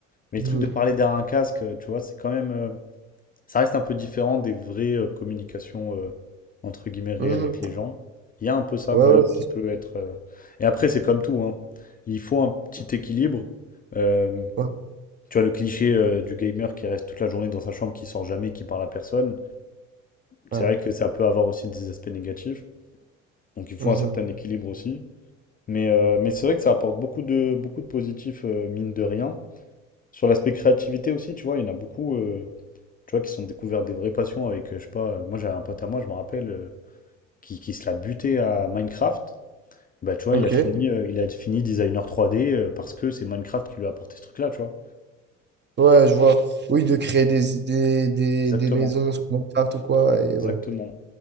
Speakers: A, on the left (about 25°); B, on the right (about 30°).
A: mais
B: mhm,
A: le truc de parler derrière un casque, euh, tu vois, c'est quand même. euh, ça reste un peu différent des vraies euh, communications euh, entre guillemets réelles
B: mhm.
A: avec les gens. Il y a un peu ça
B: Ouais,
A: quand
B: ouais,
A: même
B: c'est
A: qui
B: sûr,
A: peut être. euh, Et après, c'est comme tout, hein. Il faut un petit équilibre. Euh,
B: ouais,
A: tu vois, le cliché euh, du gamer qui reste toute la journée dans sa chambre, qui sort jamais, qui parle à personne,
B: ouais,
A: c'est vrai que ça peut avoir aussi des aspects négatifs. Donc il faut
B: mhm.
A: un certain équilibre aussi. Mais, euh, mais c'est vrai que ça apporte beaucoup de, beaucoup de positifs, euh, mine de rien. Sur l'aspect créativité aussi, tu vois, il y en a beaucoup, euh, tu vois, qui se sont découverts des vraies passions avec, euh, je sais pas, euh, moi j'avais un pote à moi, je me rappelle, euh, qui, qui se l'a buté à Minecraft. Bah, tu vois,
B: Ok,
A: il a fini, euh, il a fini designer 3D euh, parce que c'est Minecraft qui lui a apporté ce truc-là, tu vois.
B: ouais, je vois. Oui, de créer des, des, des,
A: Exactement,
B: des maisons sur Minecraft ou quoi, et
A: exactement.
B: ouais.